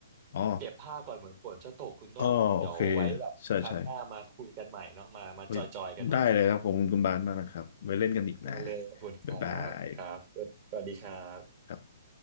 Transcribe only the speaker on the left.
อ๋อ
อ๋อโอเคใช่ใช่เฮ้ยได้เลยครับขอบคุณคุณบานมากนะครับไว้เล่นกันอีกนะ
บ๊ายบายครับ